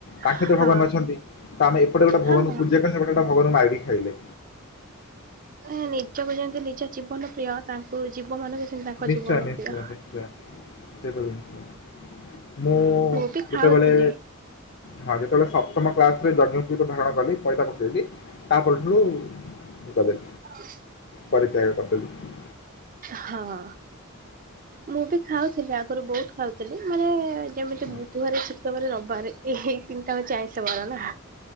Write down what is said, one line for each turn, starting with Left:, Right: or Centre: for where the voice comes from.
Left: ତାଙ୍କ
Right: ଆଁ
Left: ଭିତରେ ଭଗବାନ ଅଛନ୍ତି ତ ଆମେ ଏପଟେ ଗୋଟେ ଭଗବାନ
Right: ହଁ ହଁ।
Left: ଙ୍କୁ ପୂଜା। ପୁଣି ସେପଟେ ଗୋଟା ଭଗବାନଙ୍କୁ ମାରିକି ଖାଇଲେ ‌।
Right: ଏ ନିଜକୁ ଯେମିତି ନିଜ ଜୀବନ ପ୍ରିୟ ତାଙ୍କୁ ଜୀବ ମାନଙ୍କୁ। ସେମିତି ତାଙ୍କ
Left: ନିଶ୍ଚୟ
Right: ଜୀବନ
Left: ନିଶ୍ଚୟ
Right: ପ୍ରିୟ।
Left: ନିଶ୍ଚୟ ସେ ତ ଜିନିଷ। ମୁଁ
Right: ବି ଖାଉଥିଲି
Left: ଯେତେବେଳେ। ହଁ ଯେତେବେଳେ ସପ୍ତମ କ୍ଲାସ ରେ ଯଜ୍ଞ ପୂତ ଧାରଣ କଲି ପଇତା ପକେଇଲି ତାପଠାରୁ। ହୁଁ କରେ
Right: ହଁ।
Left: ପରିତ୍ୟାଗ କରିଦଥିଲି।
Right: ହଁ। ମୁଁ ବି ଖାଉଥିଲି ଆଗରୁ ବହୁତ ଖାଉଥିଲି ମାନେ ଯେମିତି
Left: ହୁଁ,
Right: ବୁଧବାର ଚି ବାରେ, ରବି ବାରେ, ଏଇ ତିନିଟା ହେଉଛି ଆଇଁଷ ବାର ନା,